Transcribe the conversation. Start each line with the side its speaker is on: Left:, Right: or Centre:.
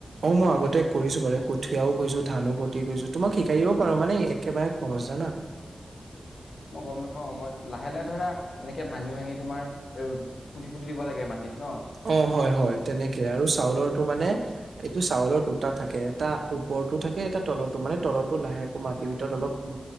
Right: অ' মই আগতে কৰিছোঁ মানে কঠিয়াও কৰিছো, ধানো খেতি কৰিছো, তোমাক শিকাই দিব পাৰো মানে একেবাৰে স হচ জানা?
Left: মই গম নাপাও, মই লাহে লাহে ধৰা এনেকে ভাঙি ভাঙি তোমাৰ এ, পুতি পুতি দিব লাগে মাটিত। ন
Right: অ' হয় হয় তেনেকে আৰু চাউলৰটো মানে টো চাউলৰ দুটা থাকে এটা ওপৰৰটো থাকে এটা তলৰটো, মানে তলৰটো লাহেকে মাটিৰ ভিতৰত অলপ উ